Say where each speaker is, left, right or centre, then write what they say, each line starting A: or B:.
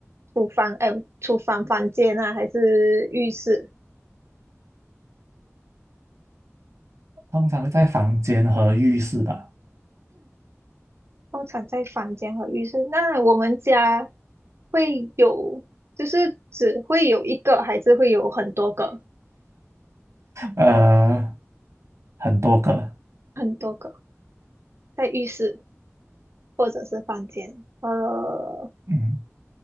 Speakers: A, on the right (about 55°); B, on the right (about 85°).
A: 厨房，哎，厨房房间啊，还是浴室？
B: 通常会在房间和浴室吧，
A: 通常在房间和浴室。那我们家会有，就是只会有一个，还是会有很多个？
B: 呃，很多个，
A: 很多个，在浴室或者是房间。呃，
B: 嗯。